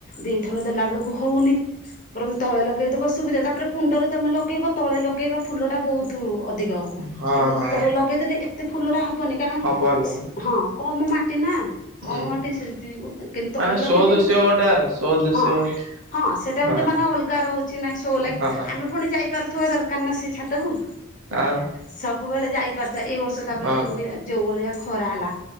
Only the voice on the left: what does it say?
ଦିଥର ଦେଲା ବେଳକୁ ହଉନି ବରଂ ତଳେ ଲଗେଇଦବ ସୁବିଧା ତାପରେ କୁଣ୍ଡର ତମେ ଲଗେଇବ ତଳେ ଲଗେଇବା ଫୁଲଟା ବହୁତ ଅଧିକ ହବ
କିନ୍ତୁ
ଉପରେ ଲଗେଇଦେଲେ ଏତେ ଫୁଲଟା ହବନି କାରଣ
ସେ ହଁ କମ ମାଟି ନା କମ
ମାଟି ସେମିତି କିନ୍ତୁ ତଳେ
ଲଗେଇଦିଅ
ହଁ ହଁ ସେଇଟା
ଗୋଟେ ମାନେ ଅଲଗା ରହୁଛି ନାଇଁ ସୋ ଲାଗି
ଆମେ ପୁଣି ଯାଇପାରୁଥିବା ଦରକାର ନା ସେ ଛାତକୁ
ସବୁବେଳେ ଯାଇପାରୁଥିବା ଏଇ ବର୍ଷ ତାପରେ
ଯୋଉ ଭଳିଆ ଯୋଉ ଭଳିଆ ଖରା ହେଲା